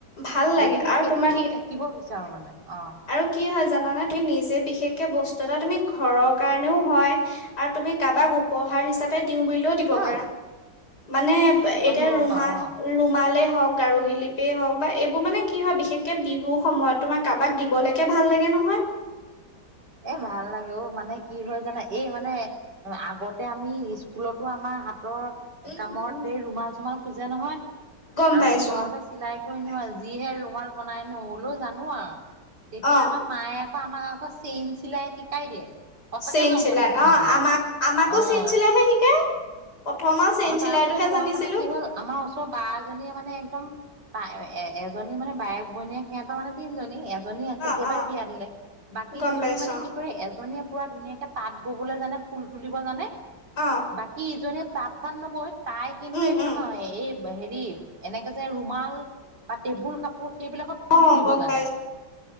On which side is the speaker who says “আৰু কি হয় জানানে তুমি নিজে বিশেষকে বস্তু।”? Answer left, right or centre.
Left